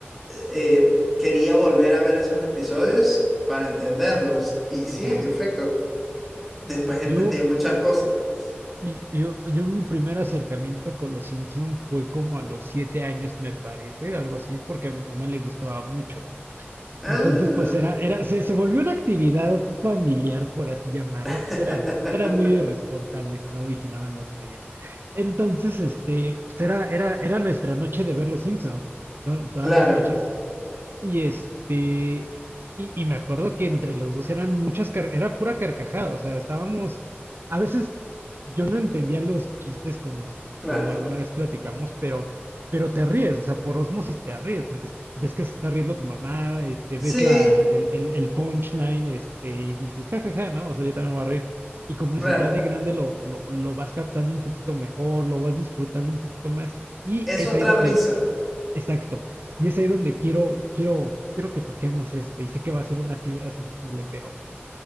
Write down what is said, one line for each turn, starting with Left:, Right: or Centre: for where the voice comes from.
Centre: eh, quería volver a ver esos episodios para entenderlos. Y sí,
Right: ajá.
Centre: en efecto, después entendía
Right: Yo,
Centre: muchas cosas, pues.
Right: y- yo, yo mi primer acercamiento con los Simpson fue como a los siete años, me parece, algo así, porque a mi mamá le gustaba mucho.
Centre: Ah.
Right: Entonces, pues era, era, se, se volvió una actividad familiar, por así llamarlo.
Centre: <laughs>
Right: Pues eran, eran muy irresponsables y no vigilaban lo que veía. Entonces, este, pues era, era, era nuestra noche de ver Los Simpson. To- Todas
Centre: <laughs> Claro.
Right: las noches y este, y, y me acuerdo que entre los dos eran muchas, car- era pura carcajada, o sea, estábamos, a veces yo no entendía los chistes como,
Centre: Claro.
Right: como alguna vez platicamos, pero, pero te ríes, o sea, por osmosis te ríes, porque es- ves que se está riendo tu mamá, este, ves
Centre: Sí,
Right: la, el, el, el punchline, este, y dices, jajaja, ¿no? O sea, yo también me voy a reír. Y como dices,
Centre: claro.
Right: ya de grande lo, lo, lo vas captando un poquito mejor, lo vas disfrutando un poquito más, y
Centre: Es
Right: es
Centre: otra
Right: ahí donde
Centre: risa.
Right: Exacto. Y es ahí donde quiero, quiero, quiero que toquemos esto. Y sé que va a ser una fibra sensible, pero